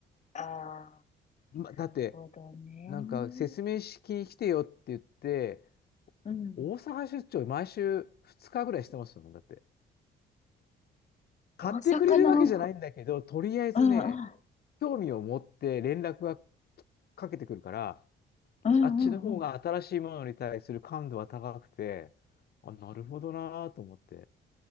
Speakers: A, on the left; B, on the left.
A: ああ、
B: ま、だって、
A: なるほどね。
B: なんか説明式に来てよって言って、
A: うん。
B: 大阪出張毎週2日ぐらいしてますもん、だって。買ってくれるわけじゃないんだけど、
A: 大阪の、
B: とりあえずね、
A: うん、うん、
B: 興味を持って連絡がかけてくるから、
A: うん、
B: あっちの方が新しいものに対する感度は高くて、
A: うん、うん。
B: あ、なるほどなぁと思って。